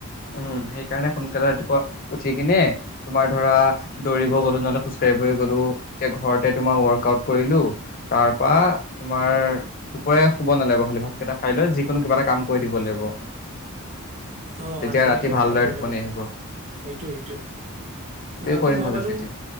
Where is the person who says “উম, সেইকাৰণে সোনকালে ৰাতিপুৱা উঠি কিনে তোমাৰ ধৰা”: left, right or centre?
Left